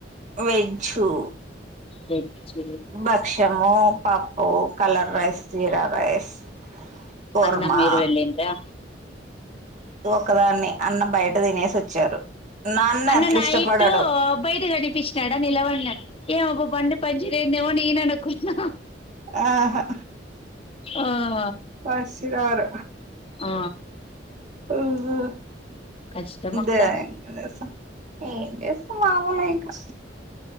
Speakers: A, on the right; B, on the left.
A: వెజ్జు
B: వెజ్
A: భక్షమూ పప్పు colour rice jeera rice kurma
B: అన్నమీరు వెళ్ళిన్రా
A: ఒకదాన్నే అన్నం బయట తినేసి వచ్చారు నాన్న
B: అన్న
A: అట్లా
B: నైటు
A: ఇష్టపడడు
B: బయట గనిపించినాడా నిలవడినట్టు ఏమబ్బ బండి పనిచే <unintelligible> నిన్నేమో నేననుకున్నా
A: ఆహా
B: ఆ
A: వస్తున్నారు
B: ఆ
A: ఊహూ
B: కష్టం అక్క
A: ద్య‌ <unintelligible> ఏం చేస్తాం మామూలే ఇంకా